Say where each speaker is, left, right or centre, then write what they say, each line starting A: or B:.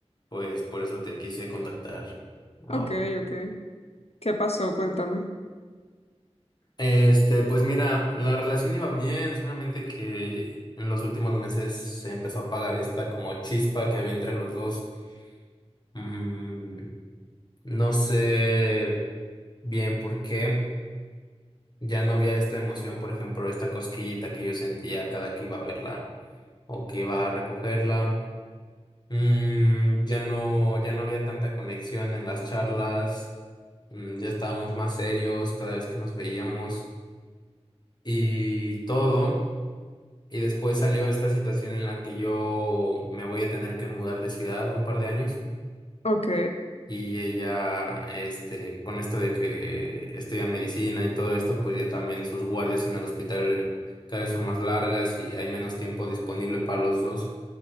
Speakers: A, on the left (about 40°); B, on the left (about 70°).
A: pues por eso te quise contactar ahora.
B: Ok, ok. ¿Qué pasó? Cuéntame.
A: Este, pues mira, la relación iba bien, solamente que en los últimos meses se empezó a apagar esta como chispa que había entre los dos. Mm, no sé bien por qué ya no había esta emoción, por ejemplo, esta cosquillita que yo sentía cada que iba a verla o que iba a recogerla. Mm, ya no, ya no había tanta conexión en las charlas. Mm, ya estábamos más serios cada vez que nos veíamos y todo. Y después salió esta situación en la que yo me voy a tener que mudar de ciudad un par de años
B: Ok,
A: y ella, este, con esto de que estudia medicina y todo esto, pues ya también sus guardias en el hospital cada vez son más largas y hay menos tiempo disponible para los dos.